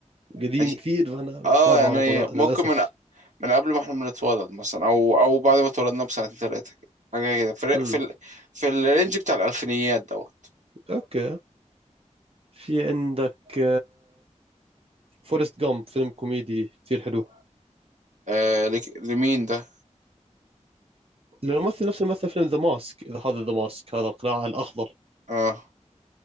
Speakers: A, on the right; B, on the right.
A: قديم
B: قديم
A: كثير فأنا
B: اه
A: ما بعرفه
B: يعني
A: لا
B: ممكن
A: للأسف
B: من من قبل ما احنا بنتولد مثلا او او بعد ما اتولدنا بسنتين ثلاثة كده حاجة كده في ال-
A: امم
B: في ال... في الرينج بتاع الألفينيات دوت
A: أوكي في عندك فورست جامب فيلم كوميدي كثير حلو
B: آه ل... لمين ده
A: الممثل نفس الممثل فيلم ذا ماسك إذا هذا ذا ماسك هذا القلاع الأخضر
B: اه